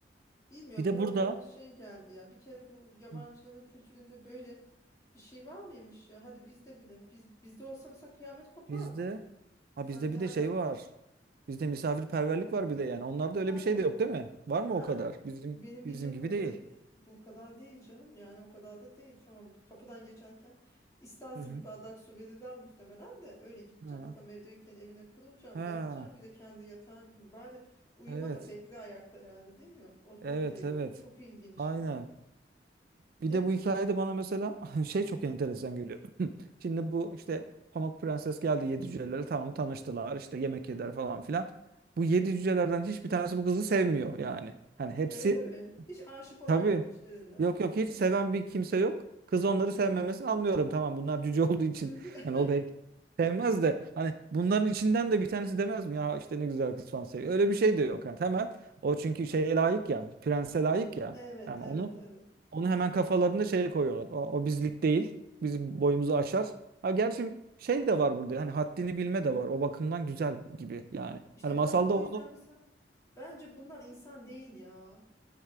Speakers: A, on the left; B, on the right.
A: Bilmiyorum
B: Bir de
A: biraz
B: burada
A: böyle şey geldi ya. Bir kere bu yabancıların
B: Hı.
A: kültüründe böyle bir şey var mıymış ya? Hadi bizde bile. Biz bizde olsa mesela kıyamet kopardı.
B: bizde ha
A: Sen
B: bizde
A: ne
B: bir
A: alaka?
B: de şey var. Bizde misafirperverlik var bir de yani. Onlarda
A: Ha
B: öyle bir şey
A: yani.
B: de yok değil mi? Var mı
A: Ha,
B: o kadar? Bizim
A: benim
B: bizim
A: bildiğim
B: gibi
A: kadarıyla
B: değil.
A: bu kadar değil canım. Yani o kadar da değil. Tamam kapıdan geçerken istersin
B: Hı hı.
A: bir bardak su verirler muhtemelen de öyle gideceksin.
B: Ha.
A: Adam evde yokken evine kurulacaksın.
B: Ha.
A: Yatacaksın bir de kendi yatağın gibi. Bari uyuma
B: Evet.
A: da bekle ayakta yani değil mi? O, o
B: Evet,
A: bile yok.
B: evet.
A: Çok ilginç
B: Aynen.
A: ya.
B: Bir
A: Değil
B: de
A: mi?
B: bu hikayede bana mesela <laughs> şey çok enteresan geliyor. <clears throat> Şimdi bu işte Pamuk Prenses geldi yedi cücelere tamam tanıştılar işte yemek yediler falan filan. Bu yedi cücelerden hiçbir tanesi bu kızı sevmiyor yani. Hani hepsi
A: Öyle mi? Hiç aşık olan
B: Tabii.
A: yok içlerinden
B: Yok yok hiç
A: kıza.
B: seven bir kimse yok. Kız onları
A: Hı.
B: sevmemesini anlıyorum. Tamam bunlar cüce <laughs> olduğu için.
A: <laughs>
B: Hani o belki sevmez de hani bunların içinden de bir tanesi demez mi ya işte ne güzel kız falan seviyor. Öyle bir şey de yok. Yani hemen o çünkü şeye layık ya. Prense layık ya.
A: Evet
B: Yani
A: evet
B: onu
A: evet.
B: onu hemen kafalarında şeye koyuyorlar. O, o bizlik değil. Bizim boyumuzu aşar. Ha gerçi şey de var burada. Hani haddini bilme de var. O bakımdan güzel gibi yani.
A: İşte
B: Hani masalda
A: bana o
B: onu
A: yüzden mesela bence bunlar insan değil ya.